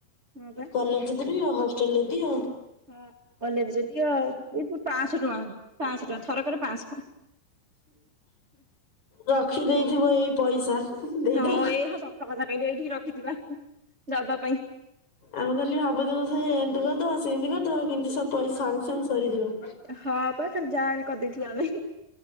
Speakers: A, on the right; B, on the left.
A: ହଁ ବା।
B: କଲେଜ <unintelligible> ହଷ୍ଟେଲରେ ଦିଅ।
A: ହଁ କଲେଜ ରେ ଦିଅ <unintelligible> ପାଞ୍ଚଶହ ଟଙ୍କା ପାଞ୍ଚଶହ ଟଙ୍କା ଥରକରେ ପାଞ୍ଚଶ।
B: ରଖିଦେଇଥିବ ଏଇ ପଇସା ଦେଇଦବ।
A: ହଁ ଏହା ସତ କଥା କହିଲୁ ଏଇଠି ରଖିଥିବା ଦବା ପାଇଁ।
B: ଆମେ ଖାଲି ଭାବୁଥିବୁ ସେ ଏମିତି କରିଦବା ସେମିତି କରିଦବା କେମତି ସବ ପଇସା ସାଙ୍ଗେ ସାଙ୍ଗେ ସରିଯିବ।
A: ହଁ ପା ଖାଲି ଯାହାରେ କରିଦେଇଥବୁ ଆମେ।